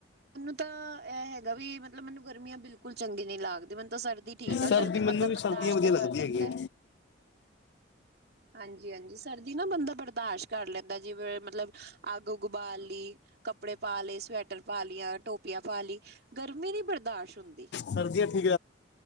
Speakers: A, on the right; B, on the left.
A: ਤਾਂ ਇਹ ਹੈਗਾ ਵੀ ਮਤਲਬ ਮੈਨੂੰ ਗਰਮੀਆਂ ਬਿਲਕੁਲ ਚੰਗੀ ਨਹੀਂ ਲੱਗਦੀ ਮੈਨੂੰ ਤਾਂ ਸਰਦੀ ਠੀਕ ਆ
B: ਸਰਦੀ ਮੈਨੂੰ
A: ਬੰਦਾ ਬਰਦਾਸ਼ਤ
B: ਵੀ ਸਰਦੀਆਂ ਵਧੀਆ
A: ਤੇ ਕਰ
B: ਲੱਗਦੀਆਂ
A: ਲੈਂਦਾ
B: ਹੈਗੀਐ।
A: ਹਾਂਜੀ ਹਾਂਜੀ, ਸਰਦੀ ਨਾ ਬੰਦਾ ਬਰਦਾਸ਼ ਕਰ ਲੈਂਦੈ। ਜਿਵੇਂ, ਮਤਲਬ ਅੱਗ-ਉਗ ਬਾਲ ਲੀ। ਕੱਪੜੇ ਪਾ ਲੇ, ਸਵੈਟਰ ਪਾ ਲੀਆਂ, ਟੋਪੀਆਂ ਪਾ ਲੀ, ਗਰਮੀ ਨੀ ਬਰਦਾਸ਼ ਹੁੰਦੀ।
B: ਸਰਦੀਆਂ ਠੀਕ